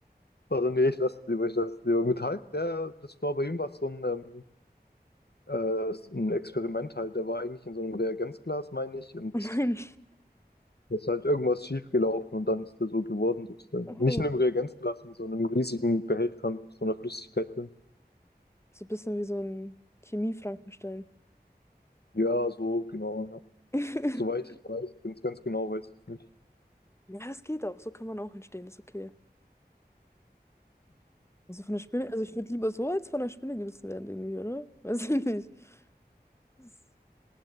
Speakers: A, on the left; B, on the left.
A: Oder nee, ich lasse es lieber, ich lasse es lieber. Mit Hulk, der, das war bei ihm was so ein ähm, Äh, ein Experiment halt. Der war eigentlich in so einem Reagenzglas, meine ich,
B: <laughs>
A: und
B: Oh nein.
A: da ist halt irgendwas schiefgelaufen und dann ist der so geworden, sozusagen.
B: Oh.
A: Nicht in einem Reagenzglas, in so einem riesigen Behälter mit so einer Flüssigkeit drin.
B: So ein bisschen wie so ein Chemie-Frankenstein.
A: Ja, so, genau, ja.
B: <laughs>
A: Soweit ich weiß, ganz, ganz genau weiß ich es nicht.
B: Ja, das geht auch. So kann man auch entstehen, ist okay. Also von der Spinne, also ich würde lieber so als von der Spinne gebissen werden irgendwie, oder? Weiß ich nicht. Das-